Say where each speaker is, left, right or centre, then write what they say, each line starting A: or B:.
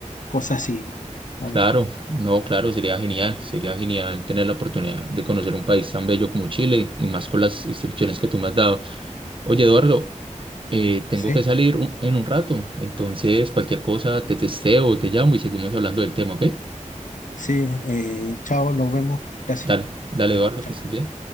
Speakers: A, on the left (about 80°); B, on the right (about 40°).
A: cosas así, momias,
B: Claro, no, claro, sería genial. Sería genial tener la oportunidad de conocer un país tan bello como Chile y más con las instrucciones que tú me has dado. Oye, Eduardo, eh, tengo
A: ¿sí?
B: que salir un- en un rato. Entonces, cualquier cosa, te testeo, te llamo y seguimos hablando del tema, ¿ok?
A: Sí, eh, chao, nos vemos. Gracias.
B: Dale, dale, Eduardo,
A: chao.
B: que estés bien.